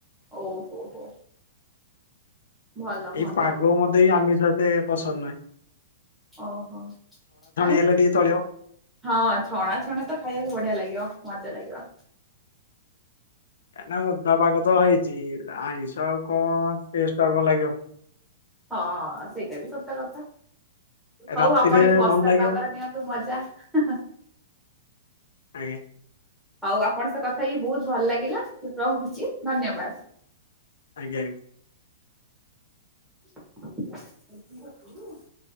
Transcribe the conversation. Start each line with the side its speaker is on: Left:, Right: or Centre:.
Centre: ଓହୋ ହୋ। ଭଲ ଭଲ
Left: ଏଇ ପାଗକୁ ମତେ ଏ ଆମିଷ ଏତେ ପସନ୍ଦ ନୁହେଁ।
Centre: ଓହୋ କାଇଁକି?
Left: ହେଲେ ଟିକେ ଚଳିବ।
Centre: ହଁ ଛଣା ଛଣି ତ ଖାଇବାକୁ ବଢିଆ ଲାଗିବ ମଜା ଲାଗିବ।
Left: କାଇଁନା ଓଦା ପାଗ ତ ହେଇଛି ଆଇଁଷ ଆଉ କଣ ଟେଷ୍ଟ ଆଗ ଲାଗିବ
Centre: ହଁ ସେଇଟା ବି ସତ କଥା। ହଉ
Left: ରାତିରେ
Centre: ଆପଣ ବି ବର୍ଷା
Left: ଭଲ ଲାଗିବ
Centre: ପାଗରେ ନିଅନ୍ତୁ ମଜା ହାଁ ହାଁ।
Left: ଆଜ୍ଞା।
Centre: ହଉ ଆପଣଙ୍କ ସହ କଥା ହେଇକି ବହୁତ୍ ଭଲ ଲାଗିଲା ରହୁଛି ଧନ୍ୟବାଦ।
Left: ଆଜ୍ଞା ଆଜ୍ଞା।
Centre: ଏ <unintelligible>